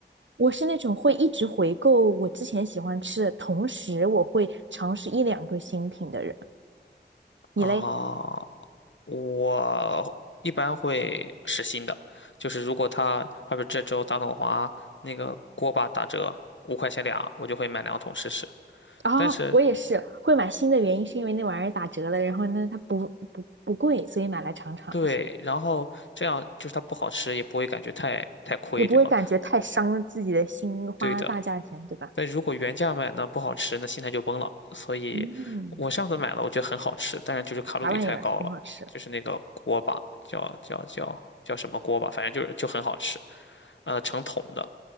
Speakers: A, on the right (about 85°); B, on the left (about 85°).
A: 我是那种会一直回购我之前喜欢吃的，同时我会尝试一两个新品的人。你嘞？
B: 啊，我一般会试新的，就是如果他，好比这周大统华那个锅巴打折五块钱俩，我就会买两桶试试。
A: 啊、
B: 但是
A: 我也是会买新的原因是因为那玩意儿打折了，然后呢它不不不贵，所以买来尝尝。
B: 对，然后这样就是它不好吃，也不会感觉太太亏，
A: 也不会感觉太伤自己的心，
B: 对吗？
A: 花大价钱，
B: 对的。
A: 对吧？
B: 但如果原价买呢，不好吃，那心态就崩了。所以，
A: 嗯，
B: 我上次买了，我觉得很好吃，但是就是卡路里太高了，
A: 啥玩意儿，很好吃。
B: 就是那个锅巴，叫叫叫叫什么锅巴，反正就是就很好吃，呃，成桶的。